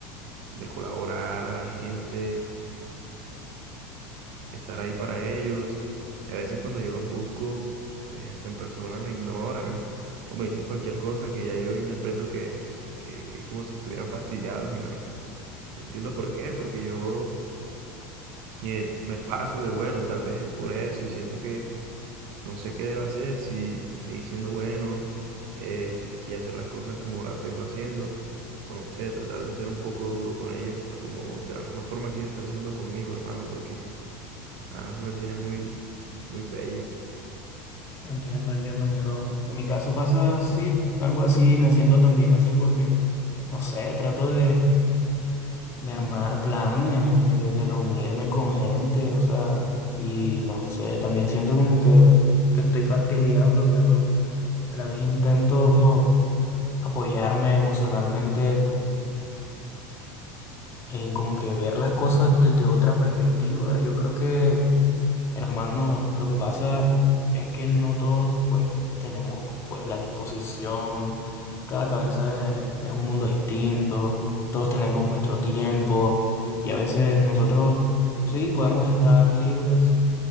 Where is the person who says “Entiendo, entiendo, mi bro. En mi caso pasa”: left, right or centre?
Left